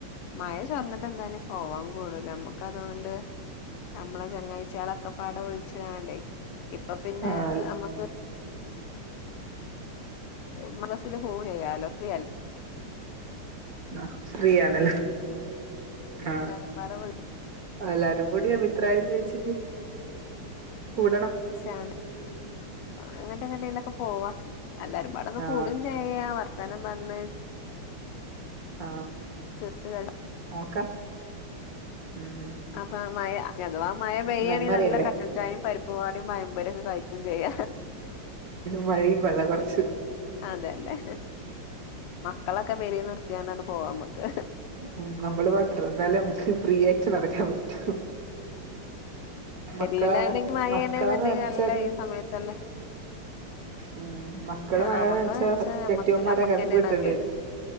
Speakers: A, on the left; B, on the right.
A: മഴ ചൊർന്നിട്ട് എന്തായാലും പോവാം കൂടൂല നമ്മക്ക് അതുകൊണ്ട് നമ്മളെ ചങ്ങാഴ്ചളൊക്കെ പാടെ വിൾച്കാണ്ടെ ഇപ്പ പിന്നെ
B: ആഹ്
A: അമ്മ മ്മർ ബസ്സില് പോവു ചെയ്യാലോ ഫ്രീ അ
B: ആഹ ഫ്രീ ആണല്ല ആഹ
A: എല്ലാരും പാടെ
B: അല്ലാരും കൂടി അഭിപ്രായം ചോഴിച്ചിട്ട് കൂടണം
A: <unintelligible> എങ്ങട്ടെലൊക്കെ പോവാ അല്ലാരുംപാടെ ഒന്ന്
B: ആഹ്
A: കൂടും ചെ ചെയ്യാ വർത്താനം പർഞ്ഞ്
B: ആ
A: ചിർച് കൾ
B: നോകാം മ്.
A: അപ്പൊ മഴ അഥവാ മഴ പെയ്യാണെങ്കിൽ
B: മെമ്മറിയല്ലേ
A: നല്ല കട്ടൻ ചായയും പരിപ്പ് പാടയും പഴംപോരിംരൊക്കെ കഴിക്കും ചെയ്യ
B: മഴയുംകഥ പറച്ചിലും.
A: അതന്നെ മക്കളൊക്കെ പെരെല് നിർത്തിയാണ്ടാണ് പോവാ നമക്ക്.
B: ഉം നമ്മള് മാത്രം ന്നാലെ നമക്ക് ഫ്രീ ആയിട്ട് നടക്കാൻ പറ്റു മക്കളെ
A: പെരേലാണെങ്കി മഴയാണ്ന്നുണ്ടെങ്കി
B: മക്കളെ നന്ച്ചാല്.
A: നല്ല ഈ സമയത്തല്ലേ.
B: ഉം മക്കള്
A: ആ
B: മഴ
A: ആ മക്കളെ
B: വെച്ചാ
A: നനച്ചാ നമ്മക്ക്
B: കെട്ടിയേമാരെ
A: നമ്മക്കന്നെയാണ്
B: കമ്പ് കിട്ടേണ്ടി
A: അത് കേട്
B: വരും.